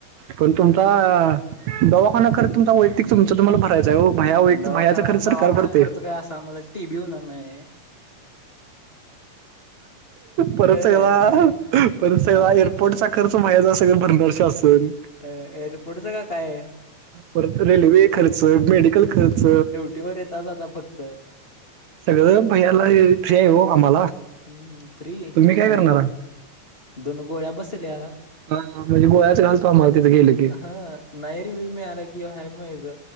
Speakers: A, on the right (about 70°); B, on the left (about 20°).
A: पण तुमचा दवाखाना का रे तुमचा वैतीक तुमच तुम्हाला भरायच हो. भैय्या वैतीक
B: दवाखाना
A: भैय्याचा खर्च सरकार
B: दवाखाना
A: भरतय.
B: खर्च काय असा आम्हाला टीबी होणार नाही
A: परत
B: कळ
A: सगळा
B: काय
A: परत सगळा
B: अ
A: पोटसाखरच मायाजाळ सगळ भरल शासन.
B: अ एअरपोर्टच का काय?
A: परत रेल्वे खर्च, मेडिकल खर्च.
B: टीवर येता जाता फक्त
A: सगळ भैय्याला फ्री आहे हो आम्हाला.
B: हम्म फ्री
A: तुम्ही काय
B: आणि
A: करणार
B: द
A: हा
B: दोन गोळ्या बसल्या
A: हा म्हणजे गोळ्याच घालतो आम्हाला तिथ गेल की.
B: हा नाही रिव्ह्यू मिळाला कि, आहे मग इथ